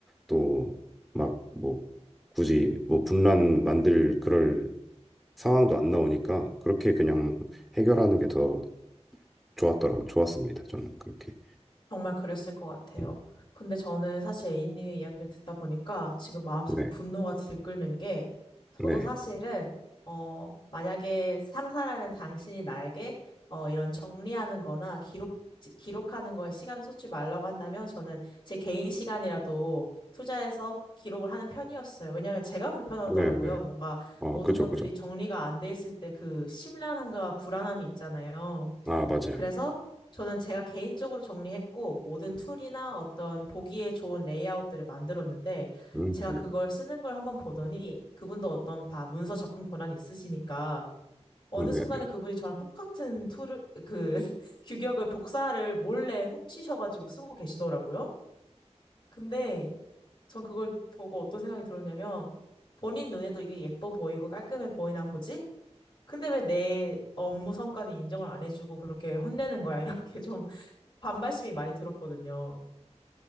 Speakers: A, in the centre; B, on the left.
A: 또 막 뭐 굳이 뭐 분란 만들 그럴 상황도 안 나오니까 그렇게 그냥 해결하는 게더 좋았더라, 좋았습니다. 저는 그렇게.
B: 정말 그랬을 것 같아요.
A: 음,
B: 근데 저는 사실 A님의 이야기를 듣다 보니까 지금 마음속에
A: 네,
B: 분노가 들끓는 게 저도
A: 네,
B: 사실은 어 만약에 상사라는 당신이 나에게 어 이런 정리하는 거나 기록 기록하는 거에 시간을 쏟지 말라고 한다면 저는 제 개인 시간이라도 투자해서 기록을 하는 편이었어요. 왜냐하면 제가 불편하더라고요.
A: 네, 네.
B: 뭔가
A: 아,
B: 모든
A: 그죠,
B: 것들이
A: 그죠.
B: 정리가 안 돼 있을 때 그 심란함과 불안함이 있잖아요.
A: 아, 맞아요.
B: 그래서 저는 제가 개인적으로 정리했고, 모든 툴이나 어떤 보기에 좋은 레이아웃들을 만들었는데,
A: 음,
B: 제가
A: 네,
B: 그걸 쓰는 걸 한번 보더니, 그분도 어떤 다 문서 접근 권한이 있으시니까, 어느
A: 음, 네,
B: 순간에
A: 네.
B: 그분이 저랑 똑같은 툴을, 그, <laughs> 규격을, 복사를 몰래 훔치셔가지고 쓰고 계시더라고요. 근데 전 그걸 보고 어떤 생각이 들었냐면, 본인 눈에도 이게 예뻐 보이고 깔끔해 보이나 보지? 근데 왜 내 업무 성과는 인정을 안 해주고 그렇게 혼내는 거야? <laughs> 이렇게 좀 반발심이 많이 들었거든요.